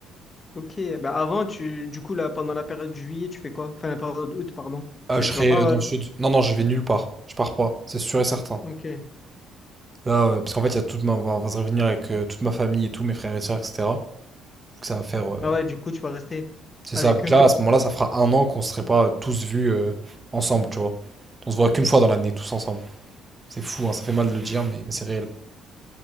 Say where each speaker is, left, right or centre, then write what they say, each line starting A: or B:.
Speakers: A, on the left (about 30°); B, on the right (about 20°).
A: Ok, ben avant, tu... du coup, là, pendant la période juillet, tu fais quoi? Enfin, la période août, pardon.
B: Ah,
A: Tu,
B: je
A: tu
B: serai
A: vas pas...
B: euh, dans le sud. Non, non, je vais nulle part. Je pars pas, c'est sûr et certain.
A: Ok.
B: Là, euh, parce qu'en fait, il y a toute ma... enfin, on va se revenir avec euh, toute ma famille et tout, mes frères et sœurs, etc. Donc ça va faire... euh,
A: Ah ouais, du coup, tu vas rester
B: C'est ça.
A: avec
B: Donc
A: eux.
B: là, à ce moment-là, ça fera un an qu'on serait pas tous vus euh, ensemble, tu vois. On se voit qu'une fois dans l'année, tous ensemble. C'est fou, hein, ça fait mal de le dire, mais, mais c'est réel.